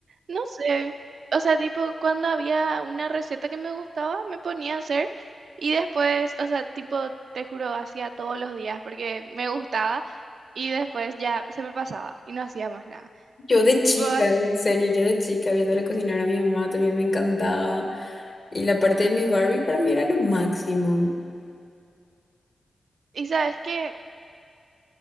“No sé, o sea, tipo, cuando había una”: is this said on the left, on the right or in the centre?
Right